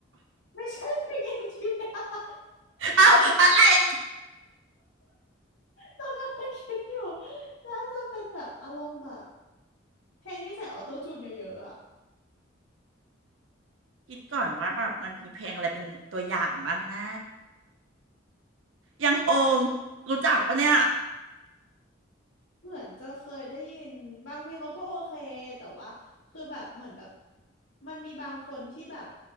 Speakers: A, on the left; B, on the right.
A: <laughs> ไม่ใช่เพลงอินเดีย <laughs>
B: เอ้าอะไรอะ
A: ต้องกำลังคิดอยู่น่าจะเป็นแบบอารมณ์แบบเพลงที่ใส่ออโต้จูนเยอะๆอะ
B: คิดก่อนว่าแบบมันมีเพลงอะไรเป็นตัวอย่างบ้างนะ ยังโอมรู้จักปะเนี่ย
A: เหมือนจะเคยได้ยินบางเพลงเขาก็โอเคแต่ว่าคือแบบเหมือนแบบมันมีบางคนที่แบบ